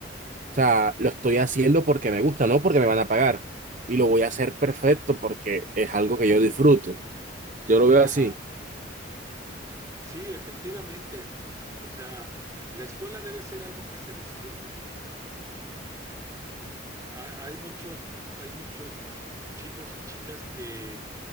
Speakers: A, on the right (about 40°); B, on the right (about 15°).
A: o sea, lo estoy haciendo porque me gusta, no porque me van a pagar. Y lo voy a hacer perfecto porque es algo que yo disfruto. Yo lo veo
B: Ajá.
A: así.
B: Sí, efectivamente. O sea, la escuela debe ser algo que se disfrute. Ha- Hay muchos, hay muchos chicos y chicas que